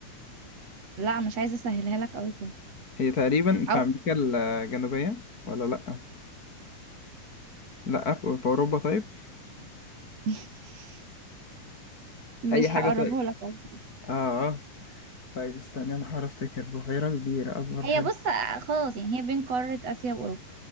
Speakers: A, on the right; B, on the left.
A: لا مش عايزة أسهلها لك أوي كده
B: هي تقريبا في
A: أو
B: امريكا الجنوبية ولا لا لا في في اوروبا طيب
A: <laughs> مش
B: اي حاجة
A: هقربه
B: طيب
A: لك أوي.
B: اه آه. طيب استنى انا هحاول افتكر بحيرة كبيرة اكبر
A: هي
B: بحيرة
A: بص آه، خلاص يعني هي بين قارة آسيا وأوروبا